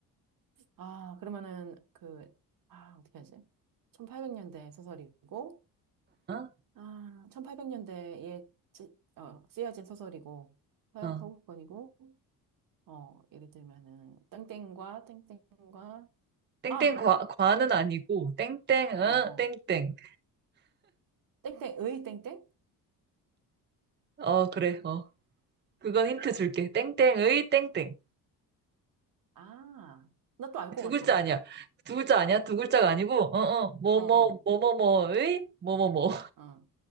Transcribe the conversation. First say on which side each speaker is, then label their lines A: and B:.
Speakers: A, on the right (about 60°); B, on the right (about 30°).
A: 아, 그러면은 그, 아, 어떻게 하지? 1800년대 소설이고,
B: 어,
A: 아, 1800년대에 쓰여진 소설이고, 서역
B: 어.
A: 서구권이고, 어, 예를 들면은, 땡땡과, 땡땡과,
B: 땡땡
A: 아!
B: 과, 과는 아니고, 땡땡, 어,
A: 어, 어.
B: 땡땡.
A: 땡땡의 땡땡?
B: 어, 그래, 어. 그건 힌트 줄게. 땡땡의 땡땡.
A: 아, 나 또 알 것
B: 두
A: 같아.
B: 글자 아니야. 두 글자 아니야. 두 글자가 아니고, 어, 어, 뭐,
A: 어,
B: 뭐,
A: 어.
B: 뭐, 뭐, 뭐의, 뭐, 뭐, 뭐.
A: 어.